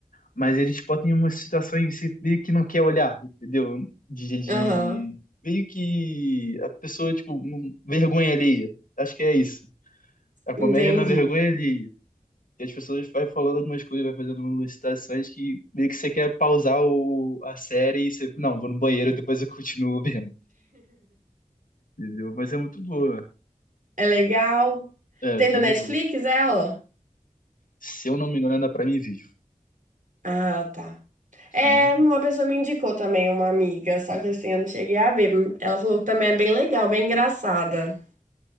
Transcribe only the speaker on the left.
mas eles botam em uma situação em que você meio que não quer olhar, entendeu? De, de
meio que a pessoa tipo não- vergonha alheia. Acho que é isso. A comédia
na vergonha alheia. E as pessoas vai falando algumas coisas, vai fazendo algumas citações que meio que você quer pausar o, a série e você, não, vou no banheiro, depois eu continuo vendo, entendeu? Mas é muito boa.
É,
bem
legal.
Se eu não me engano, é da Prime Video.
Se
eu não me engano.